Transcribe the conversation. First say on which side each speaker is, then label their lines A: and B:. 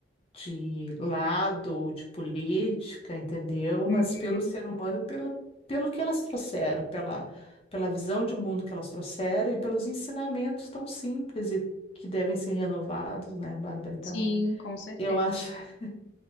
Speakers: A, on the left; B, on the left.
A: de lado, de política, entendeu?
B: uhum.
A: Mas pelo ser humano, pela, pelo que elas trouxeram, pela, pela visão de mundo que elas trouxeram e pelos ensinamentos tão simples e que devem ser renovados, né, Bárbara? Então,
B: Sim, com certeza.
A: eu acho, <laughs>